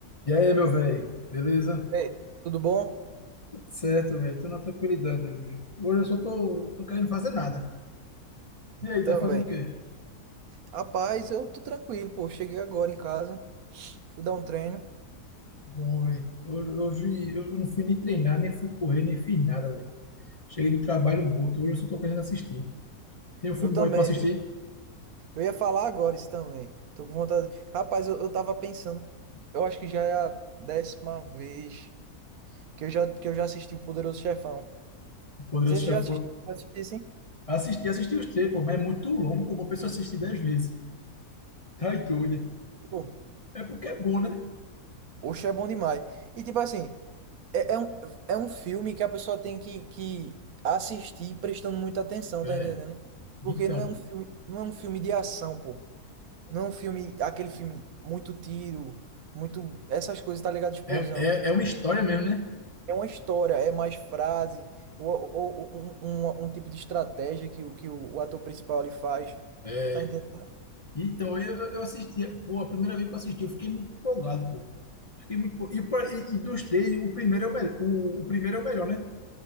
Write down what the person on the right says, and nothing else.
Ei, tudo bom?
Também.
Rapaz, eu tô tranquilo, pô. Cheguei agora em casa, fui dar um treino.
Eu também,
viu? Eu ia falar agora isso também. Tô com vontade. Rapaz, eu, eu tava pensando. Eu acho que já é a décima vez que eu já, que eu já assisti o Poderoso Chefão.
Vocês
já assisti- já assistiram, sim?
Pô,
oxe, é bom demais. E tipo assim, é, é um, é um filme que a pessoa tem que, que assistir prestando muita atenção,
tá entendendo?
Porque não é um filme, não é um filme de ação, pô. Não é um filme, aquele filme, muito tiro, muito. Essas coisas, tá ligado? Explosão.
É uma história, é mais frase, ou, ou- ou um, um- um tipo de estratégia que, o, que o, o ator principal ele faz.
Tá entendendo?